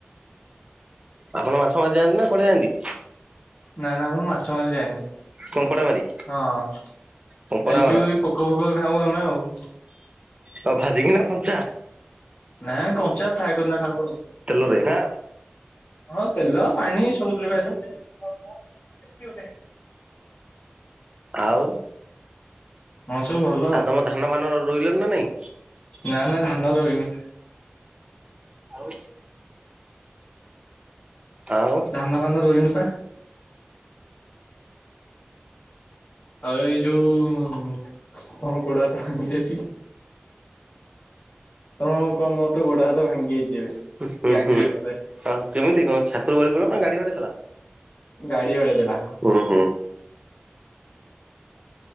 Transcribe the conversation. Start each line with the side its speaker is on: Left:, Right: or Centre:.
Right: ଆପଣ ମାଛ ମାରି ଯାଆନ୍ତି ନା କୁଆଡେ ଯାଆନ୍ତି?
Left: ନା ନା ମୁଁ ମାଛ ମାରି ଯାଏନି
Right: କଙ୍କଡା ମାରି
Left: ହଁ।
Right: କଙ୍କଡା
Left: ଏଇ ଯୋଉ ପୋକ ଫୋକ ଖାଉ ଆମେ ଆଉ
Right: ହଉ ଭାଜିକିନା କଞ୍ଚା।
Left: ନା କଞ୍ଚା ଫ୍ରାଏ କରି କିନା ଖାଉ ଆଉ
Right: ତେଲରେ ନା
Left: ହଁ ତେଲ ପାଣି ସବୁଥିରେ ଭାଯୁ
Right: ଆଉ
Left: ହଁ ସବୁ ଭଲ
Right: ଆଉ ତମ ଧାନ ଫାନ ରୋଇଲଣି ନା ନାଇଁ?
Left: ନା ନା ଧାନ ରୋଇନୁ
Right: ଆଉ ଆଉ
Left: ଧାନ ଫାନ ରୋଇନୁ ପା ଆଉ ଏଇ ଯୋଉ ହଁ କଙ୍କଡା ଜେଜି ତମଙ୍କ ମୋ ତୋ ଗୋଡ ହାତ ଭାଙ୍ଗି ହେଇଛିି ଏବେ
Right: ହୁଁ,
Left: ଏଇ ଆକ୍ସିଡେଣ୍ଟରେ
Right: ହୁଁ, ହୁଁ ହ କେମିତି କଣ ଛାତରୁ ଗଳିପଇଲ ନା ଗାଡି ବାଡେଇଦେଲା?
Left: ଗାଡି ବାଡେଇଦେଲା।
Right: ହୁଁ ହୁଁ।